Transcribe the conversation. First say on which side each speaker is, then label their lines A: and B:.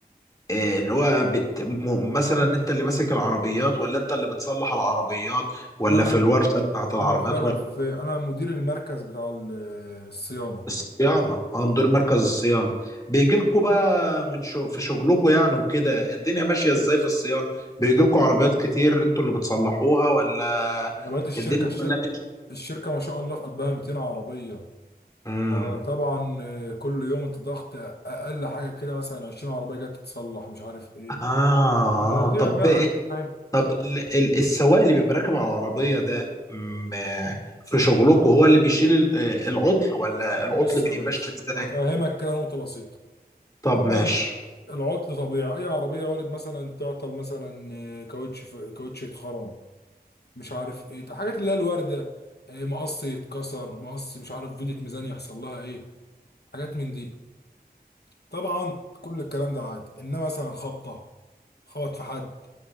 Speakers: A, on the left; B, on the left.
A: آه، اللي هو بت... م... مثلا انت اللي ماسك العربيات ولا انت اللي بتصلح العربيات ولا
B: لا
A: في
B: أنا
A: الورشه بتاعت العربيات
B: أنا في لا لا
A: ولا
B: في أنا مدير المركز بتاع ال- الصيانة
A: في الصيانه اه مدير مركز الصيانه بيجي لكم بقى من شو... في شغلكم يعني وكده الدنيا ماشيه ازاي في الصيانه بيجي لكم عربيات كتير انتوا اللي بتصلحوها ولا
B: عربيات الشركة
A: الدنيا
B: الشركة
A: ولا بت...
B: الشركة ما شاء الله في قلبها 200 عربية
A: مم.
B: آه، طبعا آه، كل يوم انت ضغط أقل حاجة كده مثلا 20 عربية جت تتصلح مش عارف ايه
A: اه آه.
B: مواضيع
A: طب
B: بقى انت فاهم
A: طب ال- ال- السواق اللي بيبقى راكب على العربية ده م- في شغلكم هو اللي بيشيل ال- آه، العطل ولا العطل
B: بص
A: بيمشي
B: يا باشا
A: ازاي؟
B: هفهمك كده نقطة بسيطة
A: طب
B: طبعا
A: ماشي
B: العطل طبيعي أي عربية وارد مثلا تعطل مثلا آه، كاوتش ف- كاوتش يتخرم مش عارف إيه حاجات اللي هي الواردة آه، مقص يتكسر مقص مش عارف فيدية ميزان يحصل لها إيه حاجات من دي طبعا كل الكلام ده عادي إنما مثلا خبطة خبط في حد